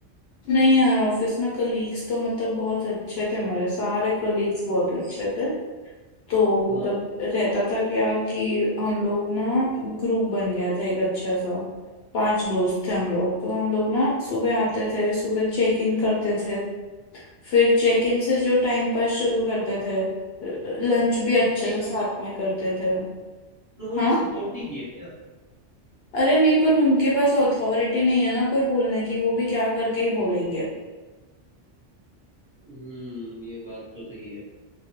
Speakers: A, on the left (about 65°); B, on the right (about 20°).
A: नहीं यार ऑफिस में कलीग्स तो मतलब बहुत अच्छे थे मेरे सारे कलीग्स बहुत अच्छे थे तो
B: हाँ
A: मतलब रहता था क्या कि हम लोग ना ग्रुप बन गया था एक अच्छा सा पांच दोस्त थे हम लोग तो हम लोग ना सुबह आते थे सुबह चेक इन करते थे फिर चेक इन से जो टाइम पास शुरू करते थे लंच भी अच्छे
B: नहीं
A: से
B: तो
A: साथ में करते थे
B: उन्होंने
A: हाँ
B: सपोर्ट नहीं किया
A: अरे नहीं पर उनके पास अथॉरिटी नहीं है ना कोई बोलने की वो भी क्या करके ही बोलेंगे
B: हम्म ये बात तो सही है